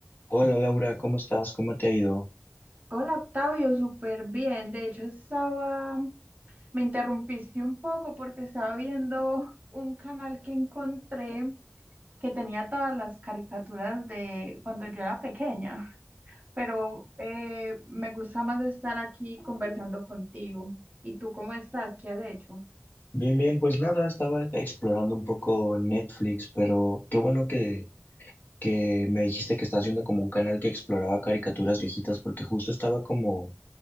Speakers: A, on the left (about 45°); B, on the right (about 35°).
A: Hola Laura, ¿cómo estás? ¿Cómo te ha ido?
B: Hola Octavio, súper bien. De hecho, estaba, me interrumpiste un poco porque estaba viendo un canal que encontré que tenía todas las caricaturas de cuando yo era pequeña, pero eh, me gusta más estar aquí conversando contigo. ¿Y tú cómo estás? ¿Qué has hecho?
A: Bien, bien, pues nada, estaba explorando un poco Netflix, pero qué bueno que, que me dijiste que estás viendo como un canal que exploraba caricaturas viejitas, porque justo estaba como